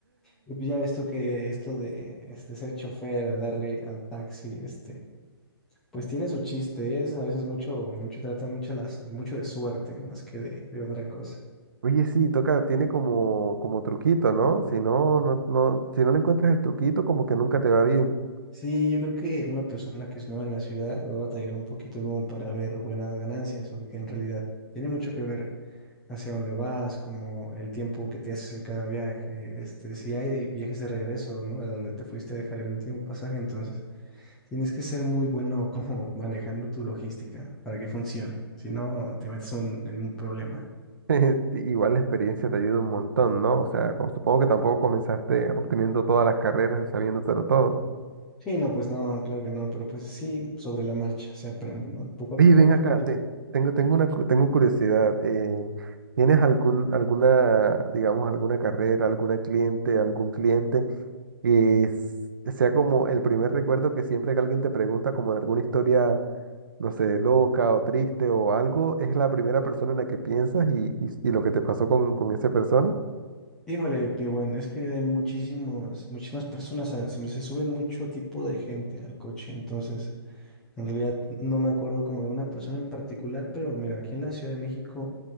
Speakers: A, in the centre; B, on the right.
A: Y pues ya esto que, esto de este, ser chofer, de darle al taxi, este, Pues tiene su chiste, es a veces mucho, mucho trata mucho, las, mucho de suerte más que de, de otra cosa.
B: Oye, sí, toca, tiene como, como truquito, ¿no? Si no, no, no, si no le encuentras el truquito, como que nunca te va bien.
A: Sí, yo creo que una persona que es nueva en la ciudad va a batallar un poquito como para ver buenas ganancias, porque en realidad tiene mucho que ver hacia dónde vas, como el tiempo que te haces en cada viaje, este, si hay viajes de regreso, ¿no? A donde te fuiste a dejar el último pasaje, entonces tienes que ser muy bueno <laughs> como manejando tu logística para que funcione, si no te metes un- en un problema.
B: <laughs> Sí, igual la experiencia te ayuda un montón, ¿no? O sea, como- supongo que tampoco comenzaste obteniendo todas las carreras y sabiéndotelo todo.
A: Sí, no, pues no, claro que no, pero pues sí, sobre la marcha se aprende, ¿no? Poco a
B: Oye,
A: poco,
B: ven acá,
A: poco a poco.
B: te- tengo, tengo una, cu- tengo curiosidad. eh, ¿tienes algún, alguna, digamos, alguna carrera, alguna cliente, algún cliente que s- sea como el primer recuerdo que siempre que alguien te pregunta como de alguna historia, no sé, loca o triste o algo, es la primera persona en la que piensas y, y- y lo que te pasó con, con esa persona?
A: Híjole, mi buen, es que hay muchísimos, muchísimas personas, a- se me se suben mucho tipo de gente al coche, entonces, en realidad no me acuerdo como de una persona en particular, pero mira, aquí en la Ciudad de México,